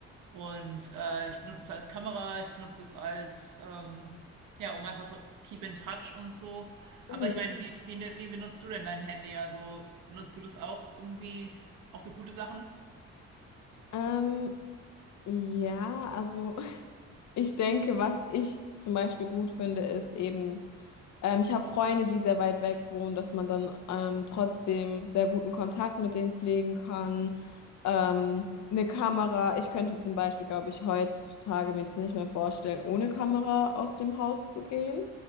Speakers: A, on the right; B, on the left.
A: Und äh, ich benutze es als Kamera, ich benutze es als, ähm, ja, um einfach keep in touch und so. Aber
B: Mhm.
A: ich meine, wie, wie, ne- wie benutzt du denn dein Handy? Also nutzt du das auch irgendwie auch für gute Sachen?
B: Ähm, ja, also Ich denke, was ich zum Beispiel gut finde, ist eben, ähm, ich habe Freunde, die sehr weit weg wohnen, dass man dann ähm, trotzdem sehr guten Kontakt mit denen pflegen kann. Ähm, eine Kamera, ich könnte zum Beispiel, glaube ich, heutzutage mir das nicht mehr vorstellen, ohne Kamera aus dem Haus zu gehen.